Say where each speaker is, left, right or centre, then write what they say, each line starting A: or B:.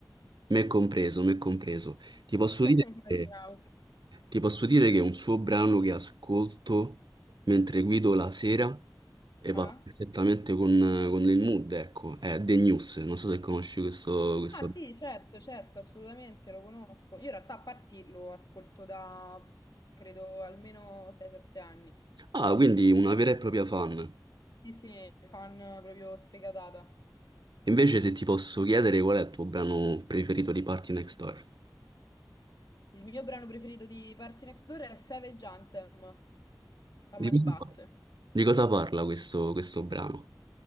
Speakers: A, on the right; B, on the left.
A: Me compreso, me compreso. Ti posso
B: <laughs> Immaginavo.
A: dire, che- ti posso dire che è un suo brano che ascolto mentre guido la sera e
B: Ah.
A: va perfettamente con, con il mood, ecco. È The News, non so se conosci questo, questo...
B: Ah sì, certo, certo, assolutamente lo conosco. Io in realtà a parti lo ascolto da credo almeno 6-7 anni.
A: Ah, quindi una vera e propria fan.
B: Sì, sì, fan proprio sfegatata.
A: Invece se ti posso chiedere qual è il tuo brano preferito di Party Next Door?
B: Il mio brano preferito di Party Next Door è Savage Anthem, a
A: Di
B: mani
A: questo
B: basse.
A: qua.
B: <laughs>
A: Di cosa parla questo, questo brano?